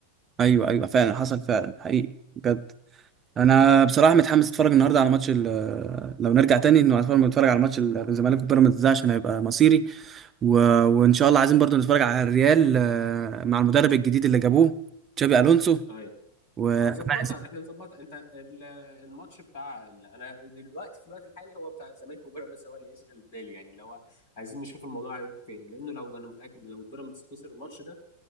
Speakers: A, on the right; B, on the left.
A: ايوه ايوه فعلا حصل فعلا حقيقي بجد انا بصراحه متحمس اتفرج النهارده على ماتش ال- لو نرجع تاني انه هنتفرج نتفرج على ماتش ال- الزمالك وبيراميدز ده عشان هيبقى مصيري و... وان شاء الله عايزين برضو نتفرج على الريال آه، مع المدرب الجديد اللي جابوه تشابي الونسو
B: ايوه
A: وحماس
B: هنظبطها احنا نظبطها انت ال- الماتش بتاع ال... انا دلوقتي في الوقت الحالي هو بتاع الزمالك وبيراميدز هو اللي يشغل بالي يعني اللي هو عايزين نشوف الموضوع هيروح فين لانه لو انا متاكد لو بيراميدز خسر الماتش ده